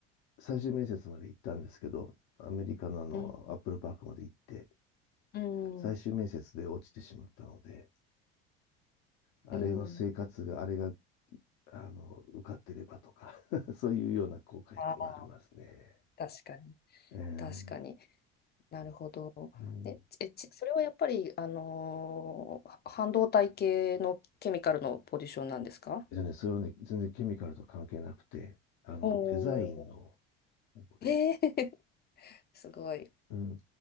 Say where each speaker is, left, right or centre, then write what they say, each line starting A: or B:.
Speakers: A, on the left; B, on the left.
A: 最終面接まで行ったんですけど、アメリカのあの、
B: うん
A: アップルパークまで行って、
B: うん
A: 最終面接で落ちてしまったので、あれの生活が、
B: うん。
A: あれが、あの、受かってればとか <laughs> そういうような後悔っていうのはありますね。
B: あー確かに、
A: えー
B: 確かに。なるほど。
A: うん
B: え、え、ちそれはやっぱり、あのーは半導体系のケミカルのポジションなんですか
A: えっとね、それはね、全然ケミカルとは関係なくて、あの、
B: おお
A: デザインの方で、
B: ー、えー <laughs> すごい。
A: うん、